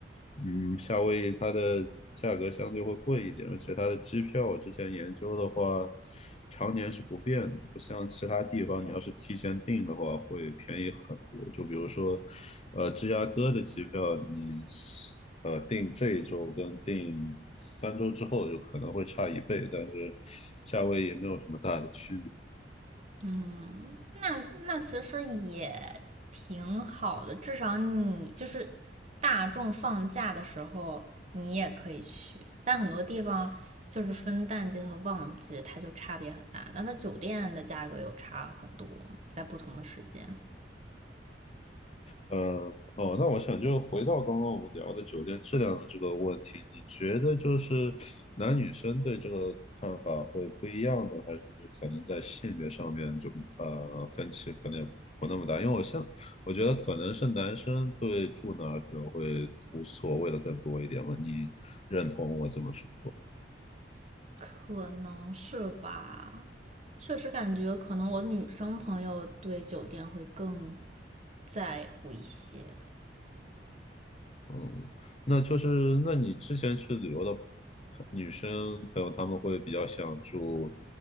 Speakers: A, on the left; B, on the right.
A: 嗯，夏威夷它的价格相对会贵一点，而且它的机票我之前研究的话，常年是不变的，不像其他地方，你要是提前订的话会便宜很多。就比如说，呃，芝加哥的机票你呃订这一周跟订三周之后就可能会差一倍，但是夏威夷没有什么大的区别。
B: 嗯，那那其实也挺好的，至少你就是大众放假的时候，你也可以去。但很多地方就是分淡季和旺季，它就差别很大。那它酒店的价格有差很多，在不同的时间。
A: 呃，哦，那我想就是回到刚刚我们聊的酒店质量的这个问题，你觉得就是男女生对这个看法会不一样呢，还是可能在性别上面就呃分歧可能也不那么大？因为我现我觉得可能是男生对住哪儿可能会无所谓的更多一点吧，你认同我这么说？
B: 可能是吧，确实感觉可能我女生朋友对酒店会更在乎一些。
A: 嗯，那就是那你之前去旅游的朋女生朋友，她们会比较想住，